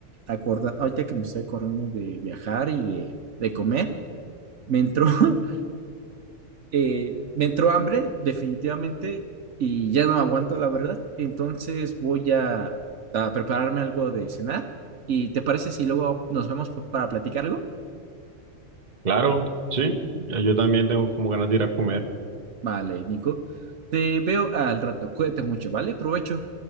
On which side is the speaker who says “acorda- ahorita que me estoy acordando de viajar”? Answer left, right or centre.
Right